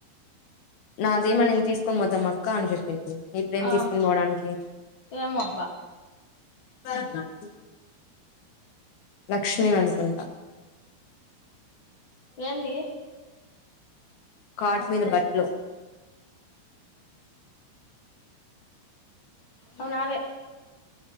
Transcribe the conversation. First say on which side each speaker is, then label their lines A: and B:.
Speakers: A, on the left; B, on the left.
A: నాదేమో నేను తీసుకొని పోతా మా కాంజు నీ ప్రేమ్
B: ఆ!
A: తీసుకొని పోోడానికి
B: ఏమో అబ్బా!
A: స <inaudible> లక్ష్మిీ ని అనుకుంటా
B: ఎంది
A: కాట్ మీద బట్లు
B: అవునావే